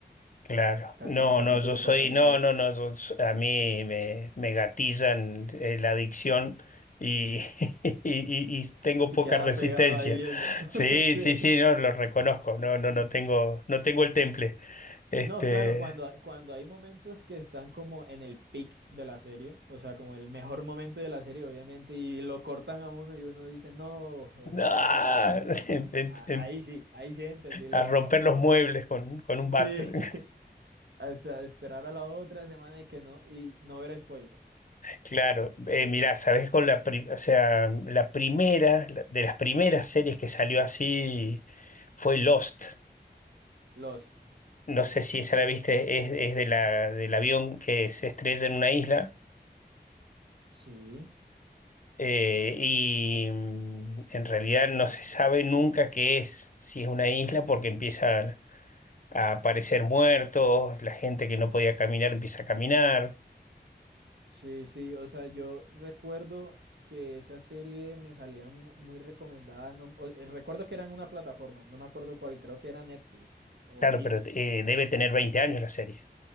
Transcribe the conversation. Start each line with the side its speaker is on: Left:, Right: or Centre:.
Left: claro.
Right: casi
Left: No,
Right: que capítulo
Left: no, yo soy,
Right: por capítulo.
Left: no, no, no, yo so- a mí me, me gatillan eh, la adicción y, <laughs> y, y- y tengo
Right: Y,
Left: poca
Right: y quedaba
Left: resistencia.
Right: pegado ahí viendo. <laughs>
Left: Sí,
Right: Sí.
Left: sí, sí, no, lo reconozco, no, no, no tengo, no tengo el temple. Este.
Right: No, claro, cuando, cuando hay momentos que están como en el peak de la serie, o sea, como el mejor momento de la serie, obviamente, y lo cortan a uno y uno dice, no, o sea,
Left: Ah,
Right: tengo que esperar una
Left: <laughs>
Right: semana.
Left: en- en-
Right: A-
Left: en-
Right: ahí sí, ahí sí es entendible
Left: a
Right: esa
Left: romper
Right: parte.
Left: los muebles con, con un
Right: Sí,
Left: bate.
Right: <laughs>
Left: <laughs>
Right: hasta esperar a la otra semana y que no, y no ver spoilers,
Left: Claro,
Right: sobre
Left: eh, mirá,
Right: todo.
Left: sabes Con la, pri- o sea, la primera, la- de las primeras series que salió así fue Lost.
Right: Lost.
Left: No sé si esa
Right: Es,
Left: la viste, es, es de la, del avión que se estrella en una isla
Right: sí.
Left: eh, y mm, en realidad no se sabe nunca qué es, si es una isla, porque empiezan a aparecer muertos, la gente que no podía caminar empieza a caminar
Right: Sí, sí, o sea, yo recuerdo que esa serie me salía mu- muy recomendada. No, o- eh, recuerdo que era en una plataforma, no me acuerdo cuál, creo que era Netflix o
Left: Claro,
Right: Disney.
Left: pero eh, debe tener 20 años la serie.